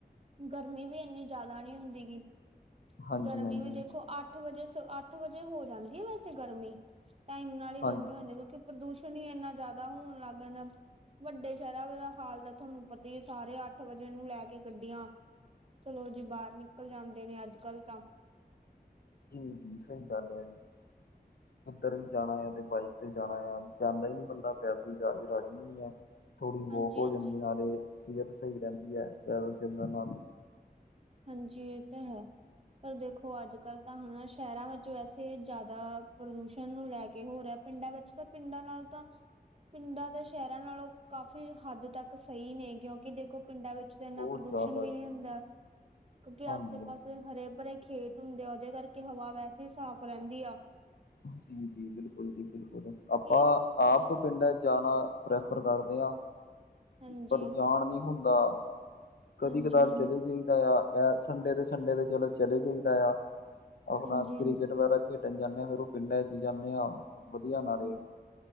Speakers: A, on the right (about 40°); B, on the left (about 75°).
A: ਗਰਮੀ ਵੀ, ਇੰਨੀ ਜ਼ਿਆਦਾ ਨਹੀਂ ਹੁੰਦੀ ਗੀ।
B: ਹਾਂਜੀ
A: ਗਰਮੀ
B: ਹਾਂਜੀ
A: ਵੀ ਦੇਖੋ, ਅੱਠ ਵਜੇ- ਅੱਠ ਵਜੇ, ਹੋ ਜਾਂਦੀ ਹੈ। ਵੈਸੇ ਗਰਮੀ। ਟਾਈਮ ਨਾਲ ਹੀ,
B: ਹਾਂਜੀ
A: ਗਰਮੀ ਹੁੰਦੀ। ਕਿਉਂਕਿ, ਪ੍ਰਦੂਸ਼ਣ ਹੀ ਇੰਨਾ, ਜ਼ਿਆਦਾ ਹੋਣ ਲੱਗ ਜਾਂਦਾ। ਵੱਡੇ ਸ਼ਹਿਰਾਂ ਦਾ, ਹਾਲ ਤਾਂ ਤੁਹਾਨੂੰ, ਪਤਾ ਹੀ ਹੈ। ਸਾਰੇ ਅੱਠ, ਵਜੇ ਨੂੰ ਲੈ ਕੇ, ਗੱਡੀਆਂ। ਚਲੋ ਜੀ ਬਾਹਰ, ਨਿਕਲ ਜਾਂਦੇ ਨੇ, ਅੱਜ ਕੱਲ ਤਾਂ।
B: ਜੀ- ਜੀ, ਸਹੀ, ਗੱਲ ਹੈ ਜੀ।
A: ਹ। <inaudible>
B: ਉੱਧਰ ਵੀ ਜਾਣਾ ਆ। ਤੇ, ਬਾਈਕ ਤੇ ਜਾਣਾ ਆ। ਜਾਂਦਾ ਹੀ ਨਹੀਂ ਬੰਦਾ ਪੈਦਲ, ਜਾ ਕੇ ਰਾਜੀ ਨੀ ਹੈ। ਥੋੜੀ
A: ਹਾਂਜੀ
B: ਵੋਕ ਹੋ
A: ਹਾਂਜੀ
B: ਜਾਂਦੀ, ਨਾਲੇ ਸਿਹਤ ਸਹੀ ਰਹਿੰਦੀ ਹੈ। ਟਰੈਵਲ ਚੱਲ ਨਾਲ।
A: ਹਾਂਜੀ। ਇਹ ਤਾਂ ਹੈ। ਪਰ ਦੇਖੋ ਅੱਜ ਕੱਲ, ਤਾਂ ਹੁਣ ਸ਼ਹਿਰਾਂ ਵਿੱਚ, ਵੈਸੇ ਜ਼ਿਆਦਾ ਪ੍ਰਦੂਸ਼ਣ, ਨੂੰ ਲੈ ਕੇ, ਹੋ ਰਿਹਾ। ਪਿੰਡਾਂ ਵਿੱਚ ਤਾਂ, ਪਿੰਡਾਂ ਨਾਲੋਂ ਤਾਂ ਪਿੰਡਾਂ ਤੇ, ਸ਼ਹਿਰਾਂ ਨਾਲੋਂ, ਕਾਫ਼ੀ ਹੱਦ ਤੱਕ ਸਹੀ ਨੇ। ਕਿਉਂਕਿ ਦੇ- ਦੇਖੋ ਪਿੰਡਾਂ ਵਿੱਚ, ਤਾਂ ਇੰਨਾ
B: ਬਹੁਤ
A: ਪ੍ਰਦੂਸ਼ਣ
B: ਜ਼ਿਆਦਾ
A: ਵੀ, ਨਹੀਂ
B: ਜੀ
A: ਹੁੰਦਾ। ਕਿਉਂਕਿ, ਆਸੇ-
B: ਹਾਂਜੀ
A: ਪਾਸੇ, ਹਰੇ- ਭਰੇ, ਖੇਤ ਹੁੰਦੇ ਆ। ਉਹਦੇ ਕਰਕੇ ਹਵਾ ਵੈਸੇ ਹੀ, ਸਾਫ਼ ਰਹਿੰਦੀ ਆ।
B: ਜੀ- ਜੀ, ਬਿਲਕੁਲ ਜੀ, ਬਿਲਕੁਲ
A: ਕਿਉਂਕਿ
B: ਆਪਾਂ ਆਪ, ਪਿੰਡਾਂ ਜਾਣਾ, ਪ੍ਰੈਫਰ ਕਰਦੇ ਹ।
A: ਹਾਂਜੀ
B: ਪਰ, ਜਾਣ ਨਹੀਂ ਹੁੰਦਾ। ਕਦੀ-
A: ਹਾਂਜੀ
B: ਕਤਾਰ,
A: ਹਾਂਜੀ
B: ਚਲੇ ਜਾਈਦਾ ਆ। ਇਹ ਸੰਡੇ ਦੇ ਸੰਡੇ, ਤੇ ਚਲੋ, ਚਲੇ ਜਾਈਦਾ ਆ। ਆਪਣਾ
A: ਹਾਂਜੀ
B: ਕ੍ਰਿਕਟ,
A: ਹਾਂਜੀ
B: ਵਗੈਰਾ ਖੇਡਣ ਜਾਂਦੇ ਹਾਂ। ਫੇਰ ਉਹ ਪਿੰਡਾਂ ਚ ਜਾਂਦੇ ਹਾਂ। ਵਧੀਆ ਨਾਲੇ,
A: ਹਾਂਜੀ